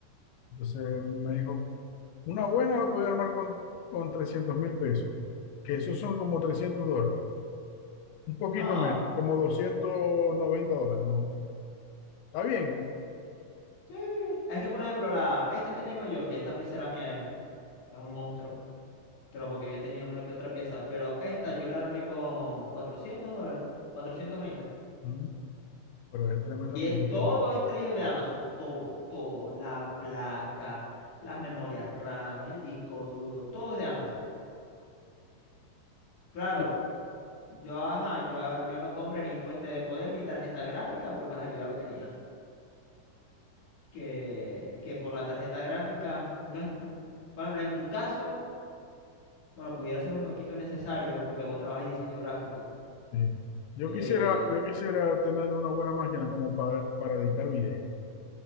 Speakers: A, on the left (about 80°); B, on the left (about 55°).
A: Entonces me dijo, Una buena la podía armar con, con trescientos mil pesos, que esos son como 300 dólares, un poquito
B: Ajá,
A: menos, como doscientos noventa dólares más o menos. ¿Está bien?
B: sí. Es que, por ejemplo, la, esta que tengo yo, que esta pecera mía es, es un monstruo, pero porque yo tenía una que otra pieza, pero esta yo la armé con 400 dólares, 420.
A: Mm, Pero es tremenda
B: Y
A: computadora.
B: eh, todo es traído de Amazon, todo, todo, la placa, las memorias RAM, el disco duro, todo es de Amazon. Claro,
A: Sí.
B: yo, ajá, yo, ah, yo no compré ni fuente de poder ni tarjeta gráfica porque ajá, yo ya lo tenía. Que, que por la tarjeta gráfica, eh, no es, mm, por ejemplo, en tu caso, bueno, pudiera ser un poquito necesario porque vos trabajas en diseño gráfico.
A: Sí. Yo
B: eh,
A: quisiera, yo quisiera tener una buena máquina como para, para editar video.